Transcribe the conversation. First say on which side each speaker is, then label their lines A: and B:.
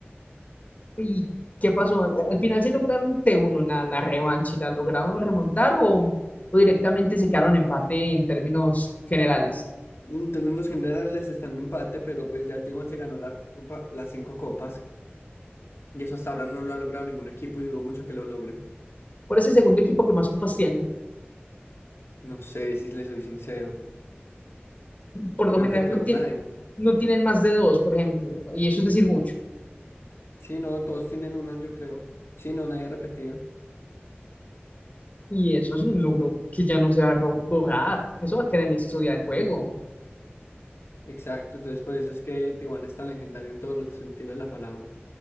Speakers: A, on the left; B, on the left.
A: ¿Y qué pasó? ¿Al final sí lograron T1 la, la revancha y la lograron remontar o, o directamente se quedaron en empate en términos generales?
B: En términos generales están en empate, pero pues ya Tijuana se ganó la copa, las cinco copas y eso hasta ahora no lo ha logrado ningún equipo y dudo mucho que lo logre.
A: ¿Cuál es el segundo equipo que más copas tiene?
B: No sé si le soy sincero.
A: Por lo
B: Creo
A: general
B: que cloud
A: no, tiene,
B: Nine.
A: no tienen más de dos, por ejemplo, y eso es decir mucho.
B: Sí, no, todos tienen una, yo creo. Sí, no, nadie repetido
A: Y eso es un logro que ya no se va a ro- borrar. Eso va a quedar en la historia del juego.
B: Exacto, entonces por eso es que Tijuana es tan legendario en todos los sentidos de la palabra.